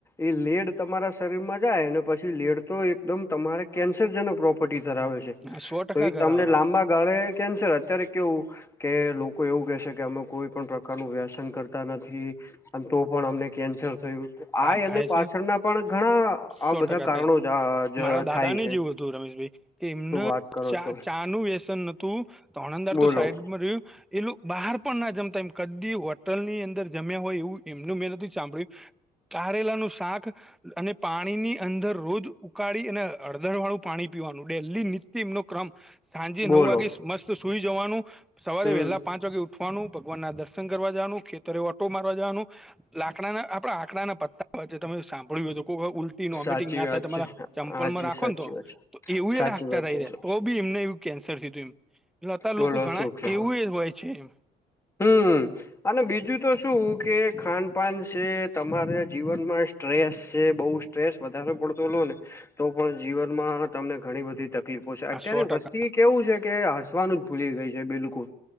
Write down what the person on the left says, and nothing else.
એ લેડ તમારા શરીર માં જાય પછી લેડ તો એકદમ તમારે કેન્સરજનક પ્રોપર્ટી ધરાવે છે.
તો એ
તમને લાંબા. ગાળે કેન્સર અત્યારે કેવું કે લોકો એવું કે છે કે અમે કોઈ પણ પ્રકાર નું વ્યસન કર. કરતા નથી અને તો પણ અમને કેન્સર થયું.
આ એની
પાછળના
પણ ઘણા
આ બધા
કારણો
જ જ
થાય
છે.
શું વાત કરો
છો
બોલો
બોલો
હમ
સાચી
વાત
છે
હાજી
સાચી
વાત છે
સાચી
વાત
છે
બોલો
શું કેવ
હમ અને બીજું તો શું કે ખાન પાાન છે તમારા જીવનમાં. સ્ટ્રેસ છે બહુ સ્ટ્રેસ વધારે પડતો લો ને તો પણ જીવનમાં તમને ઘણી બધી તક. તકલીફો છે અત્યારે
વસ્તી કેવું છે કે હસવાનું જ ભૂલી ગઈ છે બિલકુલ.